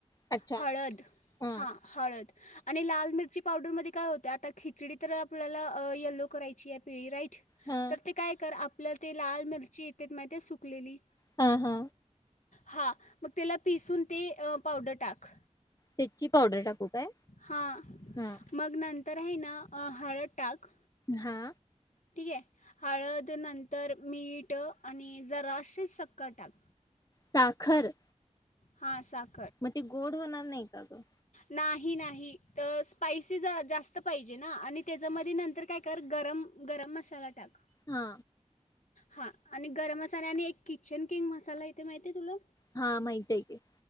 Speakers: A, on the left; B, on the left.
A: अच्छा
B: हळद,
A: हा
B: हां हळद. आणि लाल मिरची पावडरमध्ये काय होत आता खिचडी तर आपल्याला येलो करायची आहे पिवळी राईट
A: हा
B: तर ते काय कर आप आपलं ते लाल मिरची येत्यात माहिती सुकलेली.
A: हा हा,
B: हा मग त्याला पिसून ते पावडर टाक.
A: तेची पावडर टाकू. काय?
B: हा
A: हा
B: मग नंतर आहे ना हळद टाक.
A: हा,
B: ठीक आहे हळद नंतर मीठ आणि जराशीच सक्कर टाक.
A: साखर,
B: हा साखर,
A: मग, ती गोड होणार. नाही, का क?
B: नाही नाही तर स्पायसी जरा जास्त पाहिजे ना आणि त्याच्यामध्ये नंतर काय कर गरम, गरम मसाला टाक.
A: हा,
B: हां आणि गरम मसाल्या आणि एक किचन किंग मसाला इथे माहिती आहे तुला,
A: हा माहती आहे की,